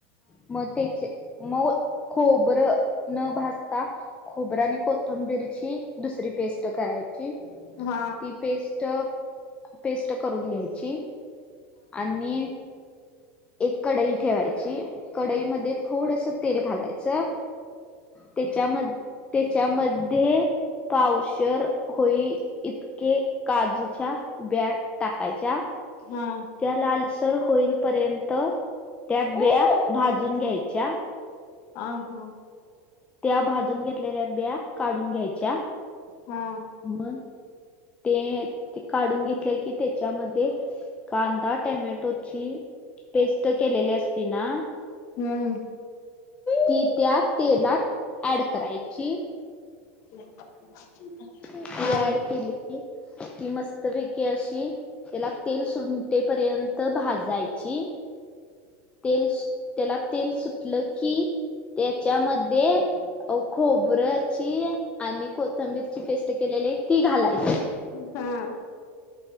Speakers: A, on the left; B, on the left.
A: मग त्याचे माऊ खोबरे न भाजता आता खोबऱ्या आणि कोथिंबीरची दुसरी पेस्ट करायची ती
B: हा
A: पेस्ट पेस्ट पेस्ट करून घ्याय ची आणि एक कडई ठेवायची कडईमध्ये थोडस तेल घालायचं त्याच्या मधें त्याच्यामध्ये पावशर होई इतके काजूच्या बिया टाक घ्यायच्या
B: हा
A: त्या लालसर होईपर्यंत बिया भाजून घ्यायच्या
B: ह ह
A: त्या भाजून घेतल्या भाजलेले बिया काढून घ्यायच्या
B: हा
A: मग ते ते काढून घेतल्या की त्याच्यामध्ये कांदा टोमॅटोची पेस्ट केलेली असते तीना
B: हम्म
A: ती त्या तेलात ऍड करायची.
B: हम्
A: ती
B: हम्
A: ऍड केली की ती मस्त पैकी अशी त्याला तेल सुंटेपर्यंत भाजयची तेल्स त्याला तेल सुटलं की त्याच्यामध्ये खोबऱ्याची आणि को कोतंबीरची पेस्ट केलेली आहे ती घालायची
B: हमम